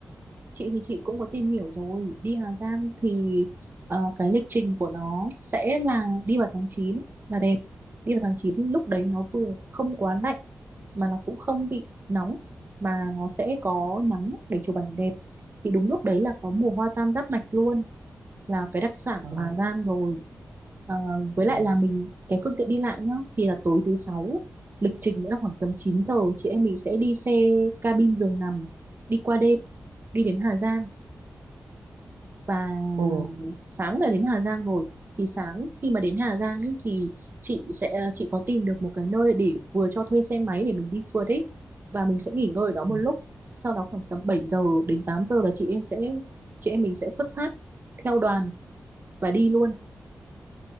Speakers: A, on the right; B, on the right.
A: chị thì chị cũng có tìm hiểu rồi, đi Hà Giang thì ờ, cái lịch trình của nó sẽ là đi vào tháng 9 là đẹp. Đi vào tháng 9 lúc đấy nó vừa không quá lạnh mà nó cũng không bị nóng mà nó sẽ có nắng để chụp ảnh đẹp thì đúng lúc đấy là có mùa hoa tam giác mạch luôn là cái đặc sản
B: Ờ,
A: của Hà Giang rồi à, với
B: ừm,
A: lại là mình cái phương tiện đi lại nhá thì là tối thứ sáu lịch trình nữa là khoảng tầm 9 giờ chị em mình sẽ đi xe cabin giường nằm đi qua đêm đi đến Hà Giang và
B: Ừ.
A: sáng là đến Hà Giang rồi thì sáng khi mà đến Hà Giang ý, thì chị sẽ ờ, chị có tìm được một cái nơi để vừa cho thuê xe máy để mình đi phượt ấy và mình sẽ nghỉ ngơi ở đó một
B: ừm.
A: lúc sau đó khoảng tầm 7 giờ đến 8 giờ là chị em sẽ chị em mình sẽ xuất phát theo đoàn và đi luôn